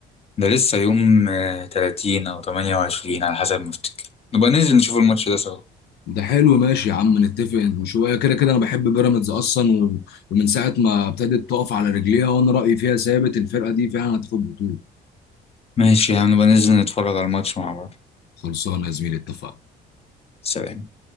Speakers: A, on the left; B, on the left.
A: ده لسه يوم آه، 30 او 28 على حسب ما افتكر نبقى ننزل نشوف الماتش ده سوا
B: ده حلو ماشي يا عم نتفق شويه كده كده انا بحب بيراميدز اصلا و... ومن ساعه ما ابتدت تقف على رجليها وانا رايي فيها ثابت الفرقه دي فعلا هتاخد بطوله
A: ماشي يا عم نبقى ننزل نتفرج على الماتش مع بعض
B: خلصانه يا زميلي اتفقنا
A: سلام